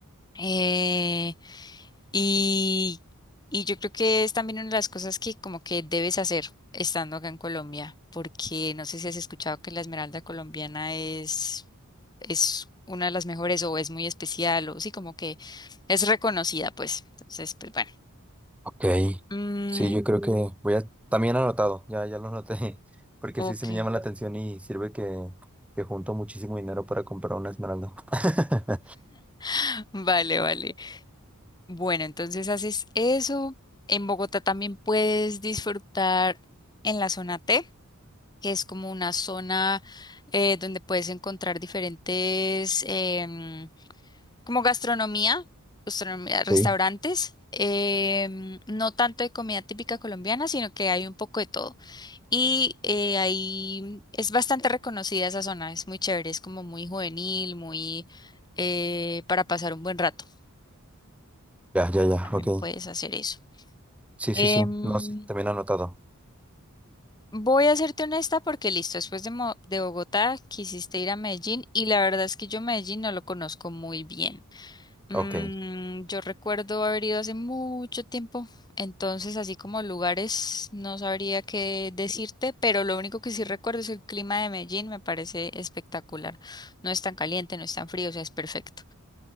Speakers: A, on the left (about 20°); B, in the centre.
A: Eh, y, y yo creo que es también una de las cosas que como que debes hacer estando acá en Colombia, porque no sé si has escuchado que la esmeralda colombiana es, es una de las mejores o es muy especial o sí, como que es reconocida, pues. Entonces, pues bueno.
B: Ok,
A: Mm,
B: sí, yo creo que voy a, también anotado, ya, ya lo anoté, <laughs> porque
A: ok,
B: sí, se me llama la atención y sirve que, que junto muchísimo dinero para comprar una esmeralda. <laughs>
A: <laughs> vale, vale. Bueno, entonces haces eso. En Bogotá también puedes disfrutar en la zona T. que es como una zona eh, donde puedes encontrar diferentes, em, como gastronomía, gastronomía, restaurantes.
B: Ok.
A: em, no tanto de comida típica colombiana, sino que hay un poco de todo. Y eh, ahí es bastante reconocida esa zona, es muy chévere, es como muy juvenil, muy eh, para pasar un buen rato.
B: Ya, ya, ya,
A: También
B: ok.
A: puedes hacer eso.
B: Sí,
A: Em,
B: sí, sí, no sé, también anotado.
A: Voy a serte honesta porque listo, después de, Mo- de Bogotá quisiste ir a Medellín y la verdad es que yo Medellín no lo conozco muy bien. Mm,
B: Ok.
A: yo recuerdo haber ido hace mucho tiempo, entonces así como lugares no sabría qué decirte, pero lo único que sí recuerdo es el clima de Medellín, me parece espectacular. No es tan caliente, no es tan frío, o sea, es perfecto.